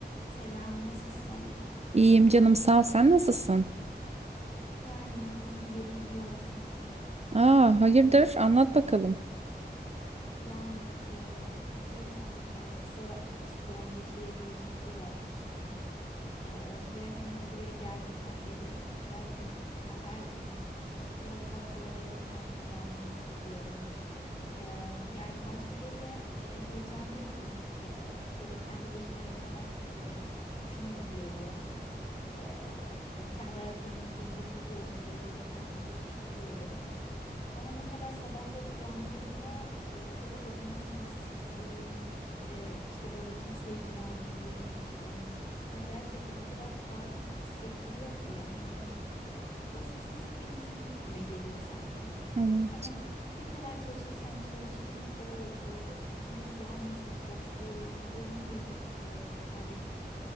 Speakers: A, on the left; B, on the right.
A: Selam, nasılsın?
B: İyiyim canım sağ ol. Sen nasılsın?
A: Yani iyi diyelim iyi olsun.
B: Aa, hayırdır? Anlat bakalım.
A: Yani e, biliyorsun e, kısa bir süre önce şehir değişikliği yapmıştım. E, ve hani buraya geldiğimden beri her gün ama her gün biraz daha böyle kendimi yalnız hissediyorum. E, yani başta böyle e, heyecanlıydım. E, böyle kendi başıma yaşamak e, hoşuma gidiyordu. E, hani kendi ayaklarımın üzerinde duruyorum diye böyle kendimi geçiştiriyordum. Ama mesela sabahları uyandığımda e, böyle odanın sessizliği, e, işte böyle kimseye günaydın diyemeyişim. Ya gerçekten o kadar tuhaf hissettiriyor ki hani o, o sessizlik benim üstüme üstüme geliyor sanki.
B: Hı
A: Hani ne kadar çalışırsam çalışayım o e, içimdeki yalnızlık boşluğu onu durdu e, yani